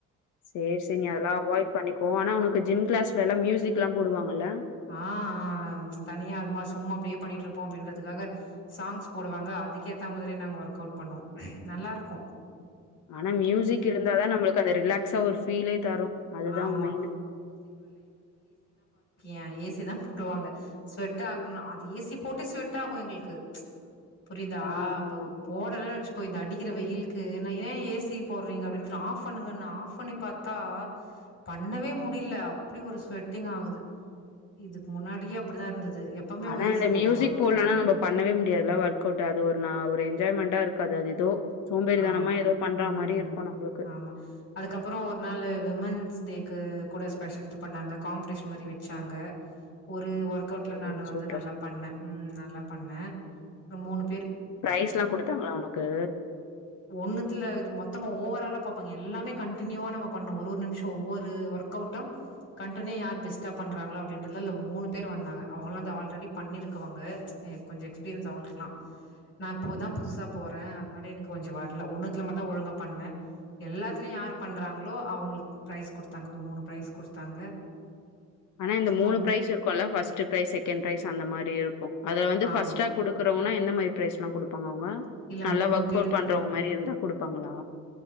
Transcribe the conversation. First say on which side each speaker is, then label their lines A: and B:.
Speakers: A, on the left; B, on the left.
A: சேரி சேரி நீ அதெல்லாம் அவாய்ட் பண்ணிகோ ஆனா உனக்கு ஜிம் கிளாஸ்ல எல்லாம் மியூசிக்லாம் போடுவாங்கல்ல
B: ஆஹஹஹஹ தனியா அம்மா சும்மா அப்படியே பண்ணிட்டு இருப்போம் அப்படின்றதுகாக சாங்ஸ் போடுவாங்க அதுக்கேத்த மாதிரி நாங்கள் ஒர்க் அவுட் பண்ணுவோம் நல்லா இருக்கும்
A: ஆனா மியூசிக் இருந்தாதான் நம்மளுக்கு அந்த ரிலாக்ஸா ஒரு பீஃலே தரும் அதுதான்
B: ஆமா.
A: மெயினு
B: ஏன் ஏசி தான் போடுவாங்க ஸ்வெட் ஆகணும் அது ஏசி போட்டு ஸ்வெட்டர் ஆகு எங்களுக்கு புரியுதா
A: ஆமாமா.
B: அப்போ போடலனு வச்சுக்கோ இந்த அடி அடிக்கிற வெயிலுக்கு நான் ஏன் ஏசி போடுறீங்க அப்புடனு ஆஃப் பண்ணுங்கன்ன ஆஃப் பண்ணி பாத்தா பண்ணவே முடியல அப்பிடி ஒரு ஸ்வெட்டிங் ஆகுது இதுக்கு முன்னாடியே அப்படிதான் இருந்தது எப்பவுமே
A: ஆனா
B: அவங்க ஏசி
A: இந்த மியூசிக்
B: போட்டுருவாங்க.
A: போடுலன்னா நம்ம பண்ணவே முடியாதுல்லாம் ஒர்க் அவுட் அது ஒரு நா ஒரு என்ஜாய்மெண்டா இருக்காது அது ஏதோ சோம்பேறித்தனமா
B: ஆமா
A: ஏதோ பண்ற
B: உம்
A: மாரி இருக்கும் நம்மளுக்கு.
B: ஆமா அதுக்கப்றோ ஒரு நாளு விமன்ஸ் டேக் க்கு கூட ஸ்பெஷல் இது பண்ணாங்க காம்படிஷன் மாரி வெச்சாங்க ஒரு ஒரு ஒர்க் அவுட்ல
A: ஓ!
B: நானு வந்து
A: சூப்பர்
B: நல்லா
A: சூப்
B: பண்ணே உம் நல்லா பண்ணே அ மூணு
A: ப்ரைஸ்லா குடுத்தாங்களா உனக்கு
B: ஒண்ணுத்துல இது மொத்தமா ஓவரால பா ப்பாங்க எல்லாமே கன்டினியூவா நம்ம பண்ணணோ ஒரு ஒரு நிமிஷோ ஒவ்வொரு ஒர்க்கவுட்டோ கண்டினியூ யார் பெஸ்ட்டா பண்ணுறாங்களோ அப்டின்றதுல மூணு பேர் வந்தாங்க அவங்கலா வந்து ஆல்ரெடி பண்ணியிருக்கவங்க கொஞ்சோ எக்ஸ்பீரியன்ஸ் அவங்களுக்குலா நா இப்போதா புதுசா போறே அதனால எனக் கொஞ்சோ வர்ல ஒன்னுத்துல மட்டுந்தா ஒழுங்கா பண்ணே எல்லாத்துலயு யார் பண்றாங்களோ அவங்களுக்கு ப்ரைஸ் குடுத்தாங்க ஒரு மூணு ப்ரைஸ் குடுத்தாங்க
A: ஆனா இந்த
B: சும்மா
A: மூணு ப்ரைஸ் இருக்குல்ல ஃபர்ஸ்ட் ப்ரைஸ் செகெண்ட் ப்ரைஸ் அந்த மாரி இருக்கு அதுல வந்து
B: ஆம்
A: ஃபர்ஸ்டா குடுக்குறவன எந்த மாரி ப்ரைஸ்லா குடுப்பாங்க
B: இல்ல
A: நல்லா
B: மூணு
A: ஒர்க்
B: பேருக்குமே
A: அவுட் பண்றவங்க மாரியிருந்தா குடுப்பாங்களா